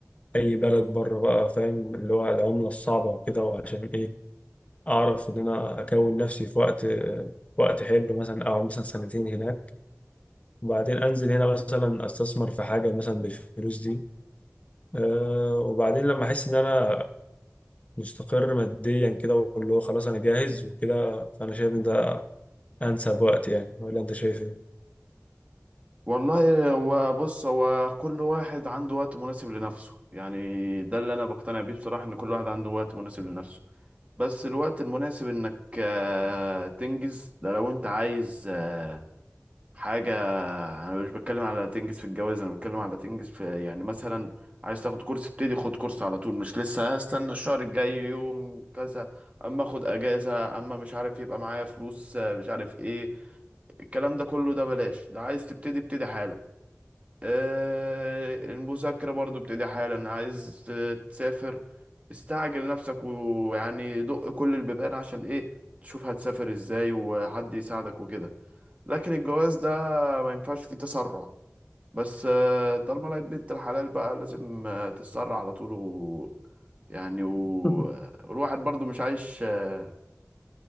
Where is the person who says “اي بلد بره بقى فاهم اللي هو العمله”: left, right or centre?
Left